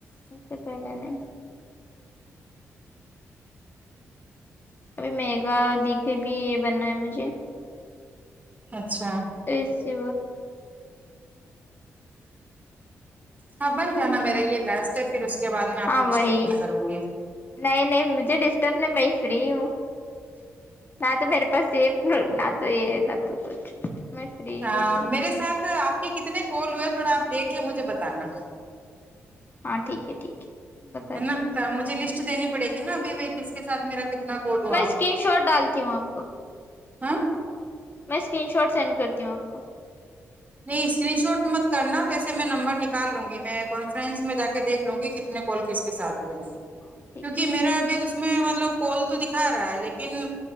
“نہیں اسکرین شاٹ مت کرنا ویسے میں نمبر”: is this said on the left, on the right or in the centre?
Right